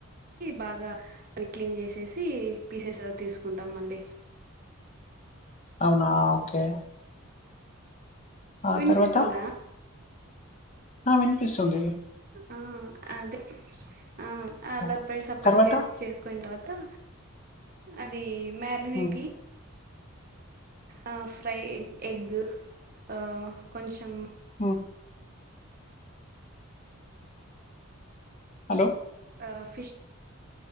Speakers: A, on the right; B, on the left.
A: బాగా దన్ని క్లీన్ చేసేసి పీసెస్ తీసుకుంటాం మళ్ళీ
B: అవునా ఓకే ఆ
A: వినిపిస్తుందా
B: తర్వాత ఆ వినిపిస్తుంది
A: ఆ అదే ఆ అలా
B: ఆ,
A: పై సపరేట్
B: తర్వాత
A: చే చేసుకొయింటారు అది మ్యారినిటి
B: ఉమ్,
A: ఆ ఫ్రై ఎగ్ ఆ కొంచెం
B: ఆ హలో
A: ఆ ఫిష్